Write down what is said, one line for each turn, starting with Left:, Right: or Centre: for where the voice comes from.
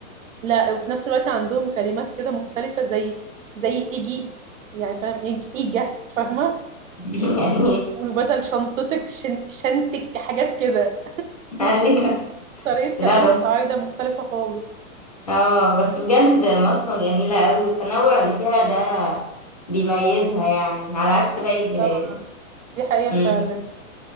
Right: لا وفي نفس الوقت عندهم كلمات كده مختلفة زي زي ايجي يعني فاهم إيج- ايجا فاهمة
Left: <laughs> يعني
Right: وبدل شنطتك شن شنتك حاجات كده
Left: ايوه
Right: طريقة
Left: لا
Right: كلام
Left: بس
Right: الصعايدة مختلفة خالص
Left: اه بس بجد مصر جميله قوي والتنوع اللي فيها ده بيميزها يعني على عكس باقي البلاد
Right: طبعا دي حقيقة
Left: مم.
Right: فعلا